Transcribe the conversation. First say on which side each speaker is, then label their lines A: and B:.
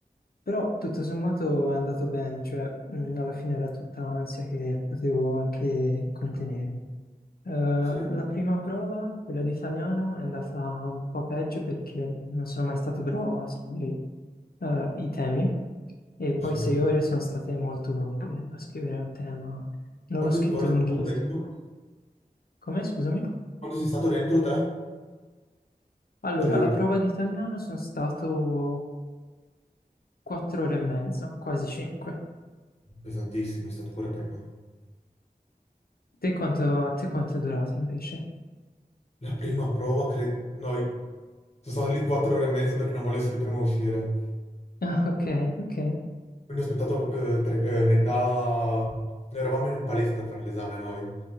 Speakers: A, on the left; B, on the left.
A: però tutto sommato è andato bene, cioè, mm, alla fine era tutta ansia che potevo anche contenermi. Eh, la
B: Sì?
A: prima prova, quella di italiano, è andata un po' peggio perché non sono mai stato bravo a scrivere eh, i temi e poi
B: Sì.
A: sei ore sono state molto lunghe a scrivere un tema. Non
B: Quante
A: l'ho scritto
B: ore
A: lunghissimo.
B: sei stato dentro?
A: Come, scusami?
B: Quanto sei stato dentro te?
A: Allora,
B: Eh,
A: la prova di italiano sono stato quattro ore e mezza, quasi cinque.
B: Pesantissimo, è stato pure per me.
A: Te quanto, a te quanto è durata invece?
B: La prima prova, credo... Noi... Sono stato lì quattro ore e mezza perché non volevo essere il primo a uscire.
A: <laughs> Ah, ok, ok.
B: Quindi ho aspettato eh, tre- eh, metà... Noi eravamo in un palestra a fare l'esame noi,